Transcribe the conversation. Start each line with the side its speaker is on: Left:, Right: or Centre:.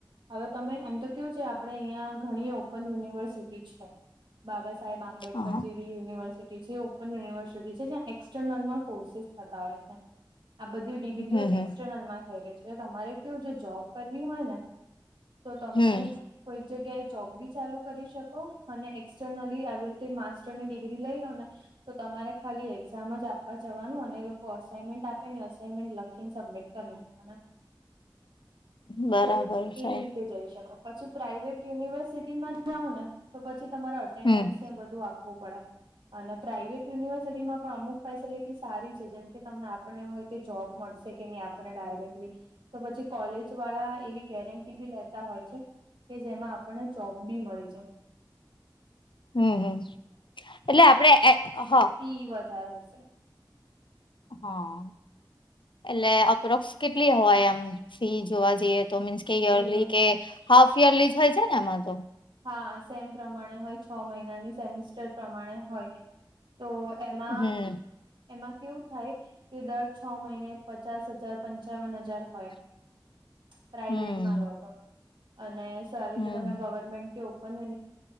Right: હવે તમે એમ તો. કેવું છે, આપડે અહિયાં ઘણી ઓપન યુનિવર્સિટી છે, બાબા સાહેબ આ આંબેડકર
Left: હા
Right: જેવી યુનિવર્સિટી છે, ઓપન યુનિવર્સિટી છે, જ્યાં એક્સટર્નલમાં કોર્સેિસ થતા હોય છે. આ બધી ડિગ્રીઓ
Left: હમ હમ
Right: એક્સટર્નલમાં થઈ રહી છે, એટલે તમારે કેવું જોબ કરવી હોય ને. તો તમે
Left: હમ
Right: કોઈક જગ્યાએ જોબ બી ચાલુ કરી શકો, અને એક્સર્નલી આવી રીતે માસ્ટરની ડિગ્રી લઈ લો ને. તો તમારે ખાલી એક્ઝામ જ આપવા જવાનું, અને લોકો અસાઇનમેન્ટ આપે ને, અસાઈનમેન્ટ લખીને સબમિટ કરી.
Left: બરાબર
Right: તો
Left: છે
Right: એવી રીતે જઈ શકો. પછી પ્રાઈવેટ યુનિવર્સિટીમાં જાવ ને, તો પછી તમારે અટેન્ડન્સ
Left: હમ
Right: ને બધું આપવું પડે. અને પ્રાઇવેટ યુનિવર્સિટી માં પણ અમુક ફેસિલિટી સારી છે. જેમ કે તમને આપણને એવું હોય કે, જોબ મળશે કે ન‌ઈ, આપણને ડાયરેક્ટલી તો પછી કોલેજ વાળા એવી ગેરંટી બી લેતા હોય છે. કે જેમાં આપણને જોબ બી મળી જાય.
Left: હમ, હમ, એટલે આપડે એ હ.
Right: તી વધારે હશે.
Left: હ. એટલે અપ્રોક્સ કેટલી હોય, એમ ફી જોવા જઈએ, તો મીન્સ કે યરલી
Right: એટલે
Left: કે હાફ યરલી જ હોય છે ને, એમાં તો.
Right: હા, સેમ પ્રમાણે હોય. છ મહિનાની સેમિસ્ટર પ્રમાણે હોય તો, એમાં
Left: હમ
Right: એમાં કેવું થાય કે, દર છ મહિને પચાસ હજાર પંચાવન હજાર હોય.
Left: <unintelligible>
Right: પ્રાઈવેટમાં
Left: હમ
Right: લો તો, અને સારી રીતે
Left: હમ
Right: તમે ગવર્મેન્ટ કે ઓપન